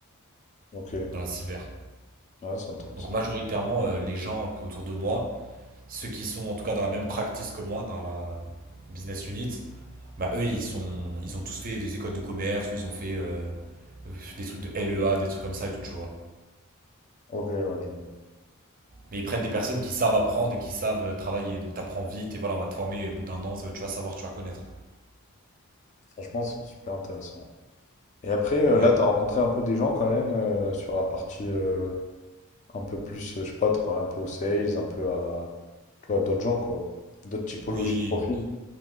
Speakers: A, on the left; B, on the right.
A: ok,
B: dans la cyber.
A: ouais, c'est intéressant.
B: Donc majoritairement, euh, les gens autour de moi, ceux qui sont en tout cas dans la même practice que moi, dans la business unit, bah eux, ils, sont, ils ont tous fait des écoles de commerce ou ils ont fait euh, des trucs de LEA, des trucs comme ça et tout, tu vois.
A: Ok, ouais, je- vois.
B: Mais ils prennent des personnes qui savent apprendre et qui savent euh, travailler. Donc t'apprends vite et voilà, on va te former au bout d'un an, ça va- tu vas savoir, tu vas connaître.
A: franchement, c'est super intéressant. Et après, euh,
B: Ouais.
A: là, t'as rencontré un peu des gens quand même euh, sur la partie euh, un peu plus, euh, je sais pas, t'as parlé un peu aux sales, un peu à, tu vois, d'autres gens, quoi. D'autres typologies
B: Oui.
A: de profils.